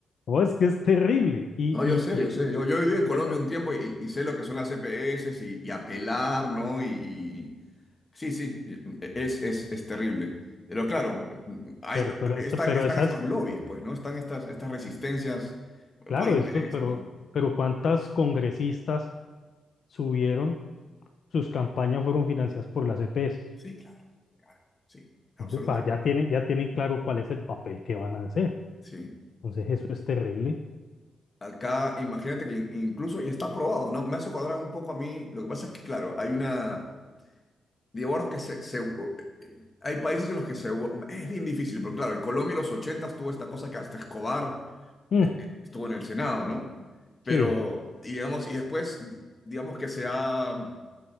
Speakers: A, on the left; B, on the left.
A: no, es que es terrible. Y,
B: No,
A: y,
B: yo sé,
A: y,
B: yo sé. Yo, yo viví en
A: y
B: Colombia
A: esa-
B: un tiempo y, y sé lo que son las EPS y, y apelar, ¿no? Y, y- sí, sí, es, es, es terrible. Pero claro, hay,
A: Pero, pero,
B: están,
A: esta- pero
B: están
A: esas,
B: estos lobbies, pues, ¿no? Están estas, estas resistencias
A: claro,
B: por interés,
A: estos, pero,
B: ¿no?
A: pero ¿cuántas congresistas subieron? Sus campañas fueron financiadas por las EPS.
B: Sí, claro, claro, sí, absolutamente.
A: Entonces, pa, ya tienen, ya tienen claro cuál es el papel que van a hacer.
B: Sí.
A: Entonces, eso es terrible.
B: Acá, imagínate que in- incluso, y está aprobado, ¿no? Me hace acordar un poco a mí, lo que pasa es que, claro, hay una... Divorcios que se, se- Hay países en los que se... Es bien difícil, porque claro, en Colombia en los 80 tuvo esta cosa que hasta Escobar
A: Mm,
B: eh, estuvo en el Senado, ¿no? Pero,
A: sí,
B: y digamos, y después, digamos que se ha,